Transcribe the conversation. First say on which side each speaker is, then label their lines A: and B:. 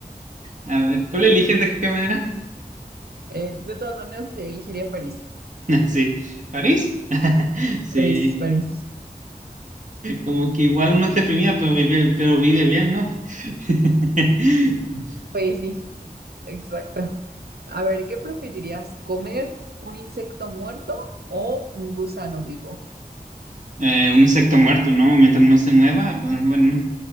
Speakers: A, on the right; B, on the right.
A: a ver, ¿cuál
B: <laughs>
A: eliges de qué manera?
B: Eh, de todas maneras, te elegiría París.
A: <laughs> Sí, ¿París? <laughs> Sí,
B: París, París.
A: como que igual uno está deprimida, pero vive, pero vive bien, ¿no? <laughs>
B: Pues sí, exacto. A ver, ¿qué preferirías? ¿Comer un insecto muerto o un gusano vivo?
A: Eh, un insecto muerto, ¿no? Mientras no se mueva, pues, bueno.